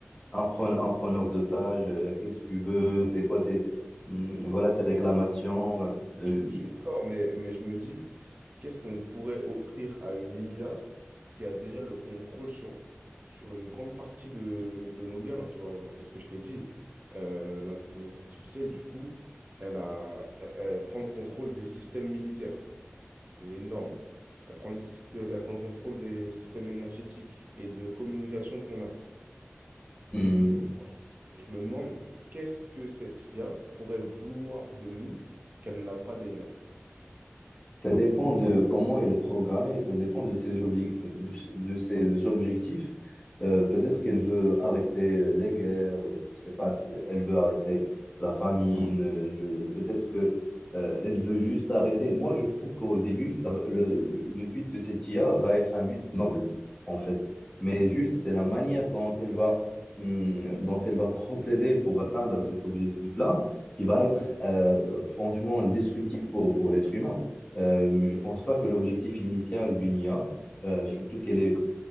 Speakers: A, on the left; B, on the right.
A: un preneur, un preneur d'otage, euh, qu'est-ce que tu veux, c'est quoi tes, hum, voilà, tes réclamations. euh,
B: Je je suis d'accord, mais, mais je me dis, qu'est-ce qu'on pourrait offrir à une IA qui a déjà le contrôle sur, sur une grande partie de, de nos biens, tu vois? Genre, parce que je t'ai dit, euh, l'intelligence artificielle, du coup, elle a, elle, elle prend le contrôle des systèmes militaires. C'est énorme. Elle prend les syst- euh, elle prend le contrôle des systèmes énergétiques et de communication qu'on a.
A: hum,
B: C'est Et je me demande, qu'est-ce que cette IA pourrait vouloir de nous qu'elle n'a pas déjà?
A: Ça dépend de comment il est programmé, ça dépend de ses, obli- de, ses de ses objectifs. Euh, peut-être qu'elle veut arrêter les guerres, je ne sais pas, si elle veut arrêter la famine, euh, je, peut-être que, euh, elle veut juste arrêter. Moi, je trouve qu'au début, ça, va- le, le le but de cette IA va être un but noble, en fait. Mais juste, c'est la manière dont elle va, hum, dont elle va procéder pour atteindre cet objectif-là qui va être, euh, franchement, destructif pour, pour l'être humain. Euh, je pense pas que l'objectif initial d'une IA, euh, surtout qu'elle est